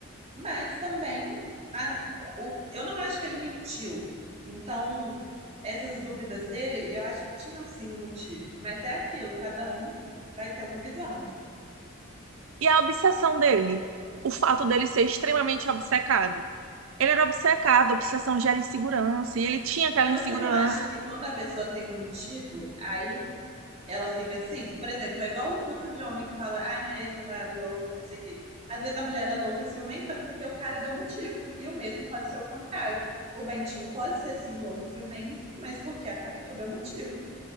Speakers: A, on the right (about 30°); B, on the right (about 75°).
A: Mas também a, o, eu não acho que ele mentiu. Então, essas dúvidas dele, eu acho que tinham sim um motivo. Mas é aquilo, cada um vai ter uma visão.
B: E a obsessão dele, o fato dele ser extremamente obcecado. Ele era obcecado, a obsessão gera insegurança, e ele tinha aquela
A: Mas você
B: insegurança.
A: não acha que quando a pessoa tem um motivo, aí ela fica assim? Por exemplo, é igual o tanto de homem que fala, ai, minha ex-namorada é louca, não sei o quê. Às vezes a mulher é louca, ciumenta, porque o cara deu motivo. E o mesmo pode ser o contrário. O Bentinho pode ser sim louco, ciumento, mas porque a Capitu deu motivo.